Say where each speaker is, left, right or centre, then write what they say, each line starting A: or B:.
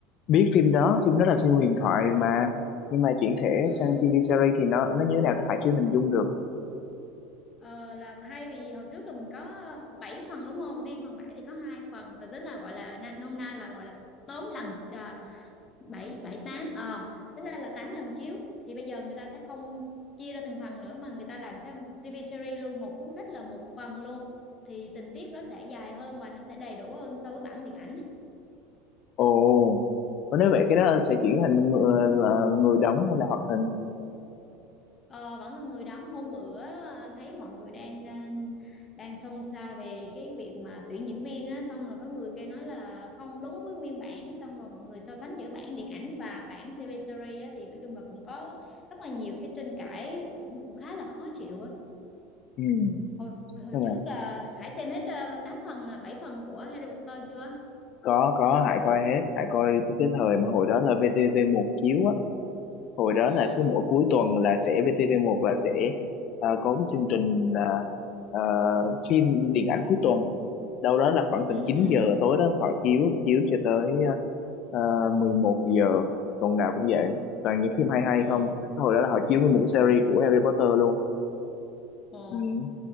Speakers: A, on the left; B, on the left.
A: biết phim đó, phim đó là phim huyền thoại mà. Nhưng mà chuyển thể
B: Ừm,
A: sang TV series thì nó nó như thế nào ta hãy chưa hình dung được.
B: ờ, là thay vì hồi trước là mình có 7 phần đúng không? Riêng phần 7 thì có hai phần, từ tính là gọi là na- nôm na là gọi là tóm lần bảy bảy tám ờ tính ra là 8 lần chiếu thì bây giờ người ta sẽ không chia ra từng phần nữa mà người ta làm sẽ một TV series luôn một cuốn sách là một phần luôn thì tình tiết nó sẽ dài hơn và nó sẽ đầy đủ hơn so với bản điện ảnh ấy.
A: Ồ, có nếu vậy cái đó sẽ chuyển thành người, là người đóng hay là hoạt hình?
B: Ờ, vẫn là người đóng hôm bữa à, thấy mọi người đang à, đang xôn xao về cái việc mà tuyển diễn viên á xong rồi có người kêu nói là không đúng với nguyên bản xong rồi mọi người so sánh giữa bản điện ảnh và bản TV series á, thì nói chung là cũng có rất là nhiều cái tranh cãi cũng cũng khá là khó chịu á
A: Ừ.
B: hồi hồi
A: Nhưng
B: trước
A: mà
B: là Hải xem hết ờ, 8 phần ờ, 7 phần của Harry Potter chưa?
A: có, có, Hải coi hết. Hải coi tới cái thời mà hồi đó là vtv một chiếu á. hồi đó
B: Ồ,
A: là cứ mỗi cuối tuần là sẽ VTV1 là sẽ ờ, có cái chương trình ờ, ờ, phim điện ảnh cuối tuần đâu đó là khoảng
B: ừ,
A: tầm 9
B: ừ,
A: giờ tối đó họ chiếu chiếu cho tới ờ, ờ, 11 giờ tuần nào cũng vậy toàn những phim hay hay
B: ừ,
A: không hồi đó là họ chiếu nguyên một cái series của Harry Potter luôn
B: ồ.
A: ừ.